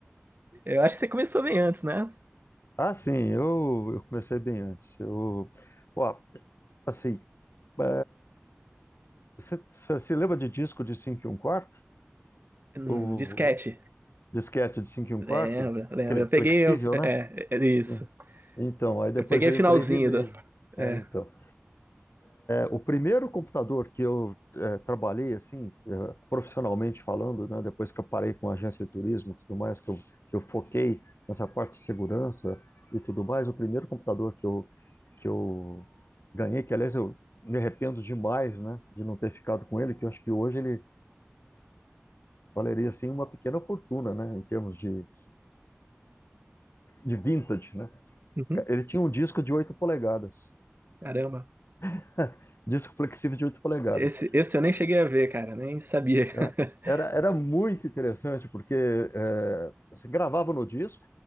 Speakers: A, on the right (about 45°); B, on the left (about 60°).
A: Eu acho que você começou bem antes, né?
B: Ah, sim, eu, eu comecei bem antes. Eu, ó, assim, é, você, você se lembra de disco de 5 e um quarto?
A: Hum,
B: O
A: disquete.
B: disquete de 5 e um
A: Lembra,
B: quarto?
A: lembra.
B: Aquele
A: Eu peguei.
B: flexível,
A: eu-
B: né?
A: É, é isso.
B: Sim. Então, aí depois
A: Eu peguei
B: veio
A: o finalzinho
B: o 3,5.
A: do.
B: É,
A: É.
B: então. O primeiro computador que eu eh, trabalhei, assim, eh, profissionalmente falando, né, depois que eu parei com a agência de turismo e tudo mais, que eu, que eu foquei nessa parte de segurança e tudo mais, o primeiro computador que eu, que eu ganhei, que aliás eu me arrependo demais, né, de não ter ficado com ele, que eu acho que hoje ele valeria, assim, uma pequena fortuna, né, em termos de, de vintage, né.
A: Uhum.
B: Ele tinha um disco de 8 polegadas,
A: Caramba.
B: <laughs> disco flexível de 8 polegadas.
A: Esse, esse eu nem cheguei a ver, cara. Nem sabia.
B: É,
A: <laughs>
B: Era, era muito interessante, porque é, você gravava no disco,